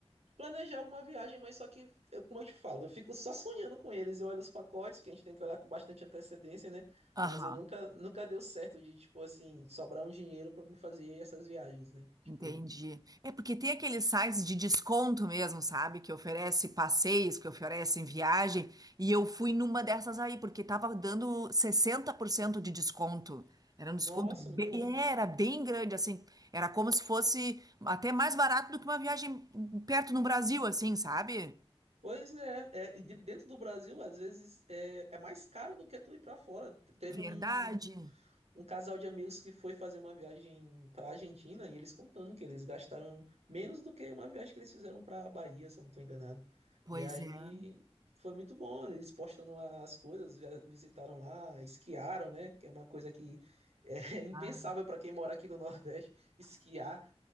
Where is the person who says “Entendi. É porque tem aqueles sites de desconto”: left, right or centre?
Right